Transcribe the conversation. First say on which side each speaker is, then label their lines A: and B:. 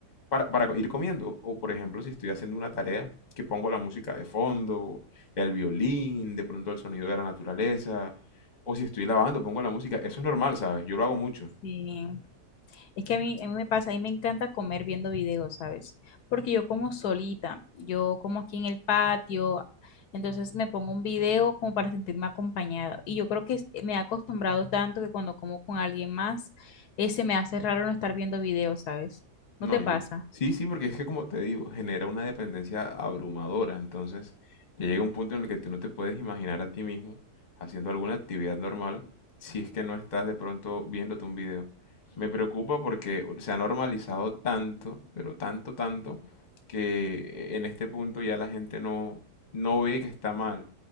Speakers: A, on the left; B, on the left.
A: para, para ir comiendo. O por ejemplo, si estoy haciendo una tarea, que pongo la música de fondo, el violín, de pronto el sonido de la naturaleza, o si estoy lavando, pongo la música. Eso es normal, ¿sabes? Yo lo hago mucho.
B: Sí. Es que a mí, a mí me pasa, a mí me encanta comer viendo videos, ¿sabes? Porque yo como solita, yo como aquí en el patio, entonces me pongo un video como para sentirme acompañada. Y yo creo que es- me he acostumbrado tanto que cuando como con alguien más, eh, se me hace raro no estar viendo videos, ¿sabes?
A: No,
B: ¿No te
A: yo,
B: pasa?
A: sí, sí, porque es que como te digo, genera una dependencia abrumadora, entonces ya llega un punto en el que tú no te puedes imaginar a ti mismo haciendo alguna actividad normal si es que no estás de pronto viéndote un video. Me preocupa porque se ha normalizado tanto, pero tanto, tanto, que en este punto ya la gente no, no ve que está mal.